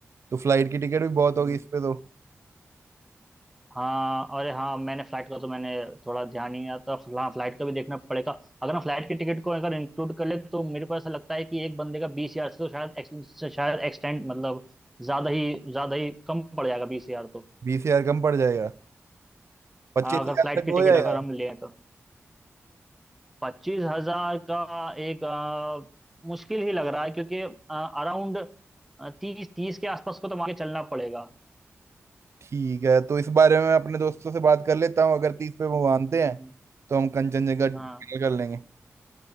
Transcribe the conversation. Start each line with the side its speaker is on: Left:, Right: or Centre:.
Right: तो फ्लाइट की टिकट भी बहुत
Centre: हम्म।
Right: होगी इस पे तो
Centre: हाँ अरे हाँ मैंने फ्लाइट का तो मैंने थोड़ा ध्यान नहीं आता हाँ फ्लाइट का भी देखना पड़ेगा अगर हम फ्लाइट की टिकट को अगर इंक्लूड कर ले तो मेरे को ऐसा लगता है कि एक बंदे का बीस हजार से तो शायद ex- शायद एक्सटेंड मतलब ज्यादा ही ज्यादा ही कम पड़ जाएगा बीस हजार तो
Right: बीस हजार कम पड़ जाएगा पच्चीस
Centre: हाँ अगर
Right: हजार
Centre: फ्लाइट
Right: तक
Centre: की
Right: हो
Centre: टिकट
Right: जाएगा
Centre: अगर हम लें तो पच्चीस हजार का एक अ, मुश्किल ही लग रहा है क्योंकि अराउंड तीस तीस के आसपास को तो आगे चलना पड़ेगा
Right: ठीक है तो इस बारे में मैं अपने दोस्तों से बात कर लेता हूँ अगर तीस पे वो मानते
Centre: हम्म,
Right: हैं तो हम कंचनजंगा final
Centre: हाँ
Right: कर लेंगे